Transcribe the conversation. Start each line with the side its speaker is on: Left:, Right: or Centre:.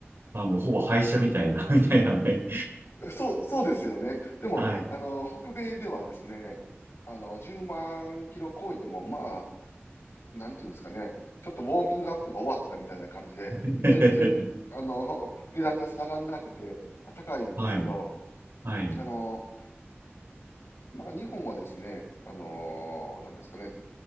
Right: あ、もうほぼ廃車みたいな、<laughs> みたいなね。
Left: そう、そうですよね。でも、
Right: はい。
Left: あの、北米ではですね、あの、10万キロ超えても、まあ、なんていうんですかね、ちょっとウォーミングアップが終わったみたいな感じで、
Right: <laughs>
Left: 全然、あの、<laughs> 値段が下がんなくて、高いんですけど、
Right: はい。はい。
Left: あの、まあ、日本はですね、あの、なんですかね、